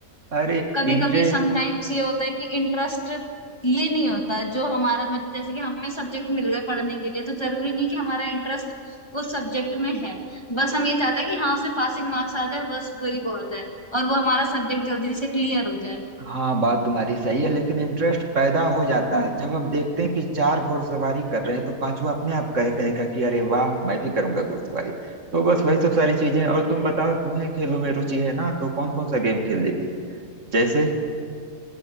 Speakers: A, on the right; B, on the left.
A: अरे
B: कभी
A: इंटरेस्ट
B: कभी समटाइम्स ये होता है कि इंटरेस्ट ये नहीं होता जो हमारा मतलब जैसे कि हमें सब्जेक्ट मिल गए पढ़ने के लिए तो जरूरी नहीं कि हमारा इंटरेस्ट उस सब्जेक्ट में है बस हम ये चाहते हैं कि हाँ उसमें पासिंग मार्क्स आ जाए बस वही बहुत है और वो हमारा सब्जेक्ट जल्दी से क्लियर हो जाए
A: हाँ बात तुम्हारी सही है लेकिन इंटरेस्ट पैदा हो जाता
B: हाँ
A: है जब हम देखते हैं कि चार घुड़सवारी कर रहे हैं तो पांचवा अपने आप करे कहेगा कि अरे वाह मैं भी करूंगा घुड़सवारी तो बस वही सब सारी चीजें और तुम बताओ तुम्हें खेलों में रुचि है ना तो कौन कौन सा गेम खेल लेती हो जैसे